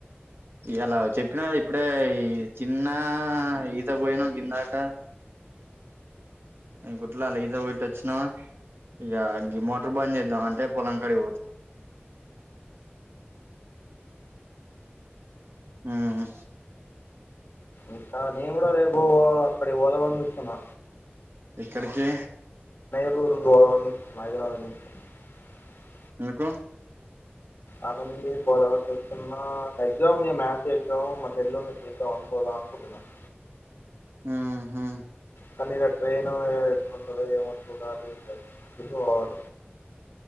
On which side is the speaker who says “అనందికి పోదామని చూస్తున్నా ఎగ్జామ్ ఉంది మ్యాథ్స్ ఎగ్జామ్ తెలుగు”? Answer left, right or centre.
Left